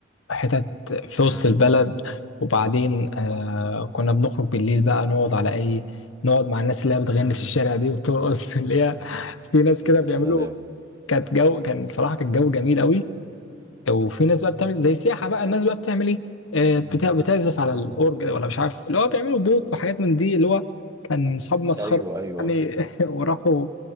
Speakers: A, on the left (about 75°); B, on the right (about 15°).
A: حتت في وسط البلد وبعدين آه كنا بنخرج بالليل بقى نقعد على اي نقعد مع الناس اللي هي بتغني في الشارع دي وترقص <laughs> اللي هي في ناس كده بيعملوا
B: السلام
A: كانت جو كان صراحة كان جو جميل قوي وفي ناس بقى بتعمل زي سياحة بقى الناس بقى بتعمل ايه آه، بتا- بتعزف على الأورج ده ولا مش عارف اللي هو بيعملوا بوك وحاجات من دي اللي هو كان أصحاب مسخرة
B: ايوه ايوه
A: يعني <laughs> وراحوا